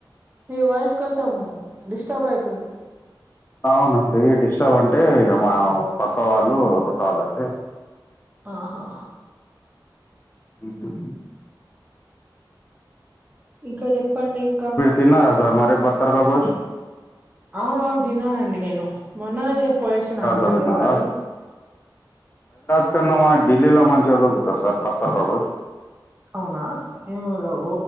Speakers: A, on the right; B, on the left.
A: మీ వాయిస్ కొంచెం డిస్టర్బ్ అయితుంది
B: అవునండి డిస్టర్బ్ అంటే ఇక మా పక్క వాళ్ళు <unintelligible> అయితే
A: ఆహా
B: ఊహూ
A: ఇంకా చెప్పండి ఇంకా
B: తిన్నారా సార్ మరి పత్తర్క గోష్
A: అవును అవును దినానండి నేను మొన్ననే పోయసి వచ్చినాను
B: లో
A: హైదరాబాద్
B: తిన్నారా ఇకన్నా మ ఢిల్లీలా మంచిగా దొరుకుతుంది సార్ పత్తర్ కాక ఘోష్
A: అవునా ఏం కావు